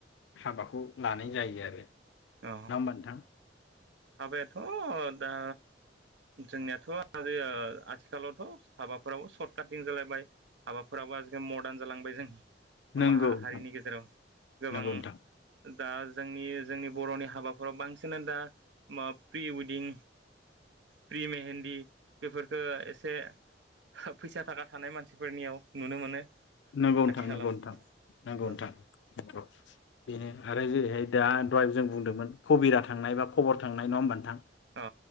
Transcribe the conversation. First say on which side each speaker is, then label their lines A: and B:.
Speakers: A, on the left; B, on the right.
A: हाबाखौ लानाय जायो आरो नंआ
B: अ
A: होमबा नोंथां?
B: हाबायाथ' दा जोंनियाथ' ओ आथिखालावथ' हाबाफोराबो सर्ट काटिं जालायबाय हाबाफोराबो आजिखालि मदार्न जालांबाय जोंनि
A: नंगौ
B: मा
A: नोंथां
B: हारिनि गेजेराव गोबां
A: नंगौ नोंथां
B: दा जोंनि जोंनि बर'नि हाबाफोराव बांसिनानो दा मा प्रि वेडिं प्रि मेहेन्दी बेफोरफोरखो एसे फैसा थाखा थानाय मानसिफोरनियाव नुनो मोनो।
A: नंगौ नोंथां
B: आथिखालाव
A: नोंगौ नोंथां नंगौ
B: अ
A: नोंथां नंगौ बेनो आरो जेरै दा दहाय जों बुंदोंमोन कबिरा। थांनाय बा खबर थांनाय नङा होनबा नोथां?
B: अ